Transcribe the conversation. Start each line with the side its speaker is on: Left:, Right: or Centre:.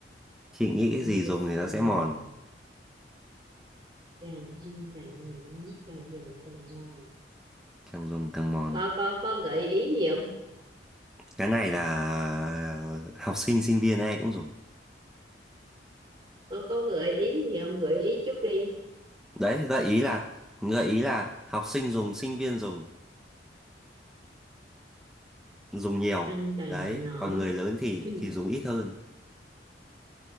Centre: Chị nghĩ cái
Right: càng
Centre: gì
Right: dùng
Centre: dùng thì
Right: càng
Centre: nó sẽ
Right: mòn
Centre: mòn,
Right: càng ăn càng nhỏ càng dùng càng mòn
Centre: càng dùng càng mòn.
Right: có có có gợi ý gì không
Centre: Cái này là học sinh sinh viên ai cũng dùng.
Right: có có gợi ý gì không gợi ý chút đi
Centre: đấy gợi ý là gợi ý là học sinh dùng sinh viên dùng dùng nhiều
Right: ăn càng
Centre: đấy
Right: nhỏ
Centre: còn người lớn thì
Right: <clears throat>
Centre: thì dùng ít hơn